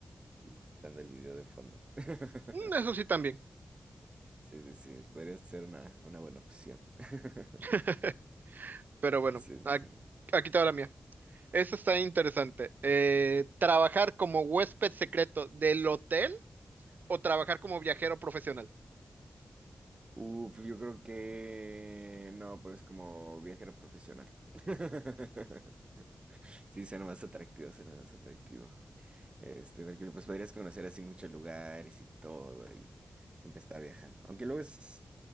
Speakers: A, on the right; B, on the right.
A: y estando el video de fondo. <laughs>
B: Mm, Eso sí también.
A: Sí, sí, sí, podría ser una, una buena opción. <laughs>
B: <laughs> Pero bueno,
A: Sí, sí,
B: ac-
A: sí.
B: aquí te va la mía. Eso está interesante. Eh, ¿trabajar como huésped secreto del hotel o trabajar como viajero profesional?
A: Uf, yo creo que no, pues como viajero profesional. <laughs> Sí, suena más atractivo, suena más atractivo. Este, porque pues podrías conocer así muchos lugares y todo y siempre estar viajando. Aunque luego es,